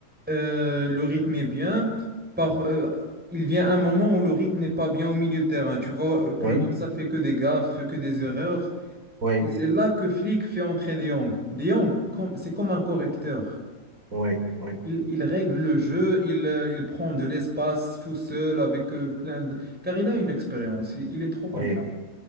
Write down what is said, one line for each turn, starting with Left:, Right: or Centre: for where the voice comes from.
Centre: euh, le rythme est bien. Par, euh, il vient un moment où le rythme n'est pas bien au milieu de terrain. Tu vois que
Right: oui,
Centre: le Barça fait que des gaffes, fait que des erreurs.
Right: oui,
Centre: Et c'est là que Flick fait entrer De Jong. De Jong, comme- c'est comme un correcteur.
Right: oui, oui,
Centre: Il, il règle le jeu, il, euh, il prend de l'espace tout seul avec euh, plein de... Car il a une expérience, il, il est trop confiant.
Right: oui.